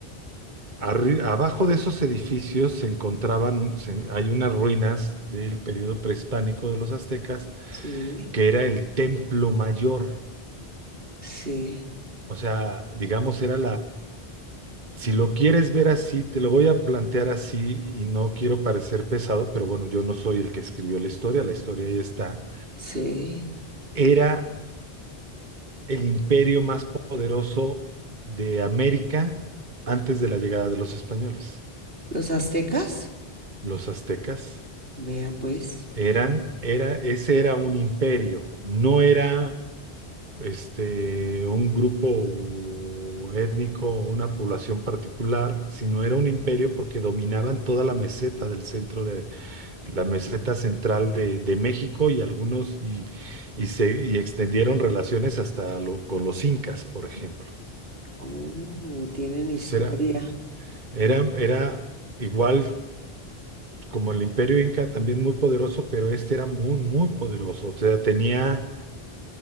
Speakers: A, on the right; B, on the right.
A: arri- abajo de esos edificios se encontraban, se- hay unas ruinas del periodo prehispánico de los aztecas,
B: Sí,
A: que era el templo mayor.
B: sí,
A: O sea, digamos, era Si lo quieres ver así, te lo voy a plantear así y no quiero parecer pesado, pero bueno, yo no soy el que escribió la historia, la historia ahí está.
B: sí.
A: Era el imperio más poderoso de América antes de la llegada de los españoles.
B: ¿Los aztecas?
A: Los aztecas
B: Vea pues.
A: eran, era, ese era un imperio, no era este, un grupo étnico o una población particular, sino era un imperio porque dominaban toda la meseta del centro de la meseta central de, de México y algunos y, y se y extendieron relaciones hasta lo- con los incas, por ejemplo.
B: Oh, tienen
A: Entonces
B: historia.
A: era, era, era igual como el imperio inca, también muy poderoso, pero este era muy, muy poderoso. O sea, tenía